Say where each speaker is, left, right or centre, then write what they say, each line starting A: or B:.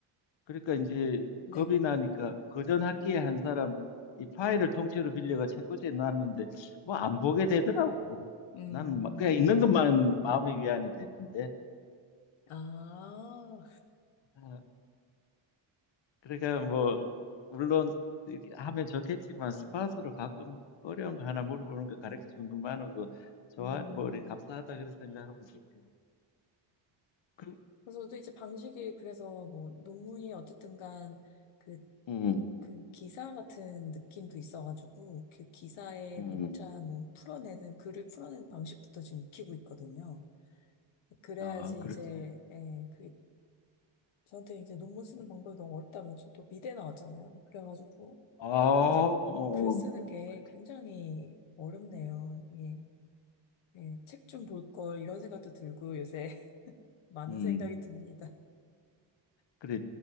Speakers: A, on the left; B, on the left.
A: 그러니까 이제
B: 네,
A: 겁이 나니까 그전 학기에 한 사람 이 파일을 통째로 빌려가 책꽂이에 놨는데 뭐 안 보게 되더라고.
B: 음,
A: 나는 막 그냥 있는 것만 마음의 위안이 됐던데.
B: 아,
A: 아, 그러니까 뭐 물론 이렇게 하면 좋겠지만 스팟으로 가끔 어려운 거 하나 물어보는 거 가르쳐 주는 것만으로도 좋아
B: 음.
A: 뭐 이렇게 감사하다 그런 생각하면 되고 그,
B: 그래서 저도 이제 방식이 그래서 뭐 논문이 어쨌든 간 그,
A: 음,
B: 그 기사 같은 느낌도 있어가지고 그 기사의
A: 음,
B: 목차 뭐 풀어내는 글을 풀어내는 방식부터 지금 익히고 있거든요. 그래야지
A: 아, 그렇지.
B: 이제 예, 그 저한테 이제 논문 쓰는
A: 음.
B: 방법이 너무 어렵다면 저또 미대 나왔잖아요. 그래가지고
A: 아, 어,
B: 아 이제 글 쓰는
A: 어,
B: 게
A: 그렇지.
B: 굉장히 어렵네요. 이게 예, 책 좀 볼 걸 이런 생각도 들고 요새 <laughs> 많은
A: 음.
B: 생각이 듭니다.
A: 그래